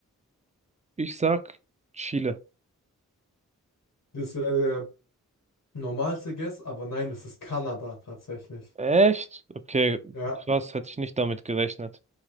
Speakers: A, on the right (about 20°); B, on the left (about 85°).
A: Ich sag Chile.
B: Das wäre der normalste Guess, aber nein, es ist Kanada tatsächlich.
A: Echt? Okay,
B: Ja.
A: krass, hätte ich nicht damit gerechnet.